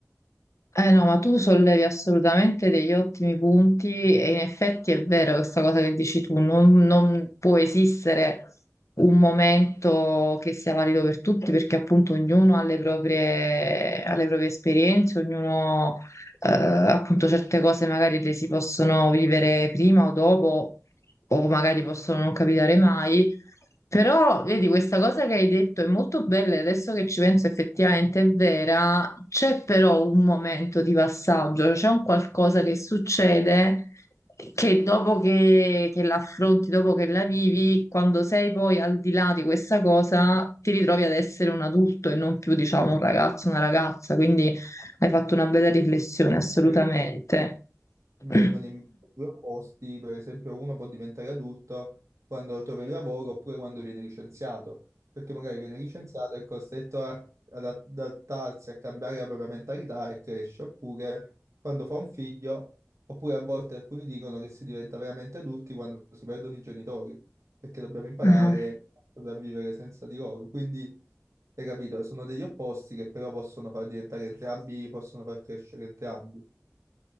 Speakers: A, on the left; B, on the right.
A: Eh no, ma tu sollevi assolutamente degli ottimi punti e in effetti è vero questa cosa che dici tu, non, non può esistere un momento che sia valido per tutti perché appunto ognuno ha le proprie, ha le proprie esperienze, ognuno eh, appunto certe cose magari le si possono vivere prima o dopo o magari possono non capitare mai. Però, vedi, questa cosa che hai detto è molto bella, e adesso che ci penso effettivamente è vera, c'è però un momento di passaggio, c'è un qualcosa che succede che dopo che, che l'affronti, dopo che la vivi, quando sei poi al di là di questa cosa, ti ritrovi ad essere un adulto e non più, diciamo, un ragazzo, una ragazza, quindi hai fatto una bella riflessione, assolutamente.
B: Eh. Mi
A: <clears throat>
B: vengono in mente due opposti, per esempio uno può diventare adulto quando trova il lavoro oppure quando viene licenziato, perché magari viene licenziato e è costretto a- ad adattarsi, a cambiare la propria mentalità e cresce, oppure quando fa un figlio, oppure a volte alcuni dicono che si diventa veramente adulti quando si perdono i genitori, perché dobbiamo imparare
A: Ah.
B: a sopravvivere senza di loro. Quindi, hai capito, sono degli opposti che però possono far diventare entrambi, possono far crescere entrambi.